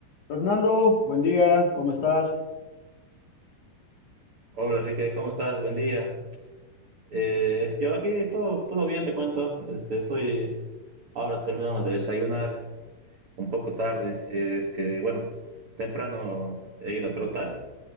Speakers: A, on the left (about 55°); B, on the right (about 70°).
A: Fernando, buen día, ¿cómo estás?
B: Hola Enrique, ¿cómo estás? Buen día. Eh, yo aquí todo, todo bien, te cuento. Este, estoy ahora terminando de desayunar, un poco tarde. Eh, es que, bueno, temprano he ido a trotar.